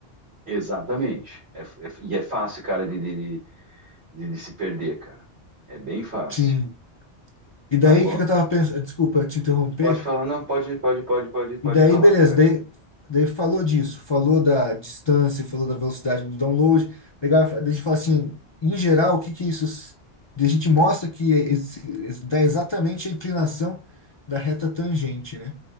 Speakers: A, on the right; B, on the left.
A: Exatamente. É- é- e é fácil, cara, de, de, de- de- de se perder, cara. É bem fácil.
B: Sim. E daí
A: Agora,
B: o que que eu tava pensando? Desculpa te interromper,
A: pode falar, não, pode, pode, pode, pode, pode
B: E daí,
A: falar,
B: beleza,
A: cara.
B: daí, daí falou disso, falou da distância, falou da velocidade do download. Legal, daí a gente fala assim, em geral, o que que isso. s- daí A gente mostra que esse- esse- dá exatamente a inclinação da reta tangente, né?